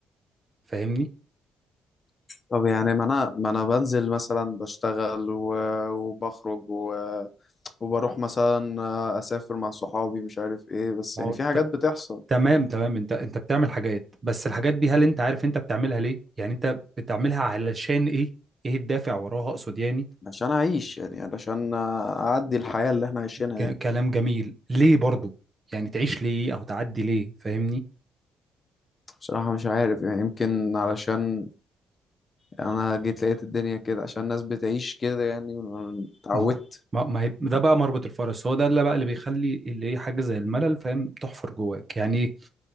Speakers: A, on the right; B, on the left.
A: فاهمني
B: طب يعني ما انا ما انا بنزل مثلا بشتغل و... وبخرج و... وبروح مثلا اسافر مع صحابي مش عارف ايه بس
A: ما
B: يعني
A: هو
B: في حاجات
A: ت-
B: بتحصل
A: تمام تمام انت انت بتعمل حاجات بس الحاجات دي هل انت عارف انت بتعملها ليه يعني انت بتعملها علشان ايه ايه الدافع وراها اقصد يعني
B: عشان اعيش يعني علشان اعدي الحياة اللي احنا عايشينها
A: ج-
B: دي
A: كلام جميل ليه برضو يعني تعيش ليه او تعدي ليه فاهمني
B: بصراحة مش عارف يعني يمكن علشان انا جيت لقيت الدنيا كده عشان الناس بتعيش كده يعني اتعودت
A: ما هو ما ما هي- ده بقى مربط الفرس هو ده اللي بقى اللي بيخلي اللي هي حاجه زي الملل فاهم تحفر جواك يعني